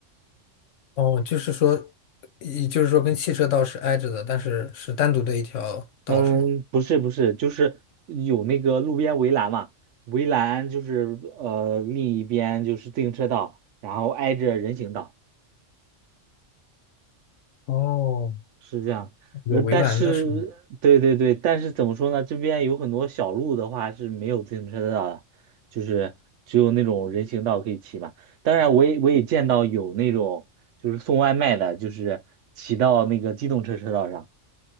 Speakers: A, on the left (about 75°); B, on the right (about 70°).
A: 哦，就是说，也就是说跟汽车道是挨着的，但是是单独的一条道是吗？
B: 嗯，不是不是，就是有那个路边围栏嘛，围栏就是呃另一边就是自行车道，然后挨着人行道。
A: 哦，
B: 是这样，
A: 有围栏的是吗？
B: 呃，但是，对对对，但是怎么说呢？这边有很多小路的话是没有自行车道的，就是只有那种人行道可以骑嘛。当然，我也我也见到有那种就是送外卖的，就是骑到那个机动车车道上。